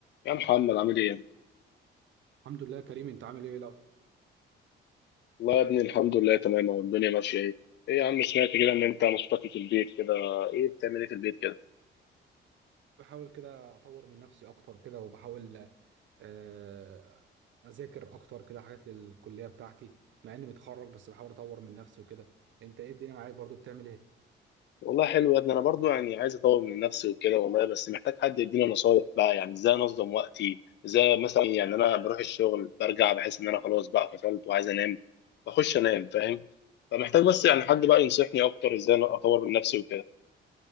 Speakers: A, on the left; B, on the right.
A: يا محمد عامل ايه؟
B: الحمد لله يا كريم انت عامل ايه لو
A: والله يا ابني الحمد لله تمام والدنيا ماشية ايه؟ ايه يا عم سمعت كده ان انت مختفي في البيت كده ايه بتعمل ايه في البيت كده؟
B: بحاول كده اطور من نفسي اكتر كده وبحاول آه، اذاكر اكتر كده حاجات للكليه بتاعتي مع اني متخرج بس بحاول اطور من نفسي وكده انت ايه الدنيا معاك برضو بتعمل ايه
A: والله حلو يا ابني انا برضو يعني عايز اطور من نفسي وكده والله بس محتاج حد يديني نصايح بقى يعني ازاي انظم وقتي؟ ازاي مثلا يعني انا بروح الشغل برجع بحس ان انا خلاص بقى فصلت وعايز انام بخش انام فاهم؟ فمحتاج بس يعني حد بقى ينصحني اكتر ازاي أنا اطور من نفسي وكده.